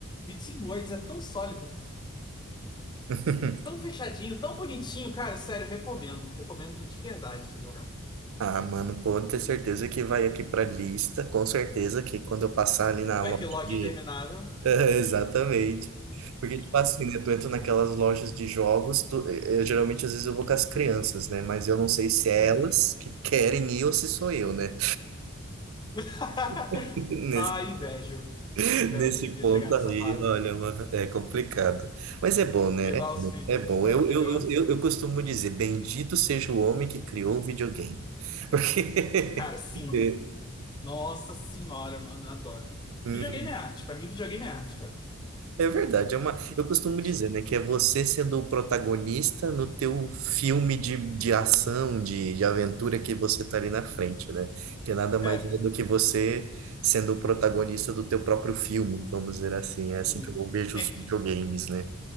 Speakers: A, on the left; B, on the right.
A: Between Worlds é tão sólido.
B: <laughs>
A: Tão fechadinho, tão bonitinho, cara, sério, recomendo. Recomendo de verdade você jogar.
B: Ah, mano, pode ter certeza que vai aqui pra lista, com certeza que quando eu passar ali na
A: Backlog
B: loja de...
A: interminável.
B: <laughs> Exatamente. Porque, tipo assim, né, tu entra naquelas lojas de jogos, tu- eh, eh, geralmente às vezes eu vou com as crianças, né, mas eu não sei se é
A: Uhum.
B: elas que querem ir ou se sou eu, né,
A: <laughs>
B: <laughs>
A: Ah, invejo.
B: <laughs>
A: Invejo
B: Nesse
A: um dia
B: ponto
A: chegar
B: aí,
A: nessa fase.
B: olha, mano, é complicado. Mas é bom, né?
A: Levar os filhos
B: É, é bom.
A: pra
B: Eu,
A: jogar.
B: eu, eu, eu costumo dizer, bendito seja o homem que criou o videogame. <laughs> Porque
A: Cara, sim.
B: é,
A: Nossa senhora, mano, eu adoro.
B: Uhum.
A: Videogame é arte. Pra mim, videogame é arte, cara.
B: é verdade, é uma, eu costumo
A: Isso-
B: dizer, né, que é você sendo o protagonista no teu filme de, de ação, de, de aventura que você tá ali na frente,
A: Uhum.
B: né? Que nada mais
A: É.
B: é do que você sendo o protagonista do teu próprio filme, vamos dizer assim. É assim
A: uhum.
B: que eu vejo
A: É
B: os
A: que
B: videogames, né?